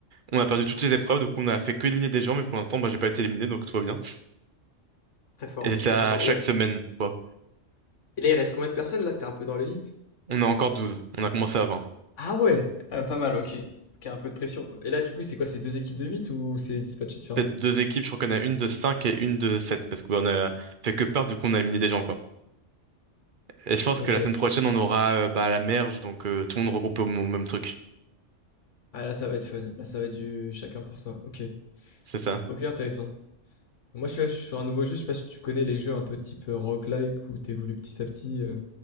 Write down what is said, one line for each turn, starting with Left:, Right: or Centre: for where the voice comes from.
Right: On a perdu toutes les épreuves, donc on a fait que éliminer des gens, mais pour l'instant, bah, j'ai pas été éliminé, donc tout va bien.
Left: très fort,
Right: Et c'est
Left: très
Right: à
Left: très fort.
Right: chaque semaine, quoi.
Left: Et là, il reste combien de personnes là? T'es un peu dans l'élite.
Right: On a encore douze On a commencé à vingt
Left: Ah ouais, Ah, pas mal, ok. Ok, un peu de pression, quoi. Et là, du coup, c'est quoi? C'est deux équipes de 8 ou c'est dispatché différemment?
Right: Peut-être deux équipes, je crois qu'on a une de 5 et une de 7 parce qu'on a fait que part, du coup, on a éliminé des gens, quoi. Et je pense
Left: Ok.
Right: que la semaine prochaine, on aura euh, bah, la merge, donc euh, tout le monde regroupé au m- au même truc.
Left: Ah, là, ça va être fun. Là, ça va être du chacun pour soi. Ok.
Right: C'est ça.
Left: Ok, intéressant. Moi, je suis, je suis sur un nouveau jeu. Je sais pas si tu connais les jeux un peu type euh, roguelike où t'évolues petit à petit. euh.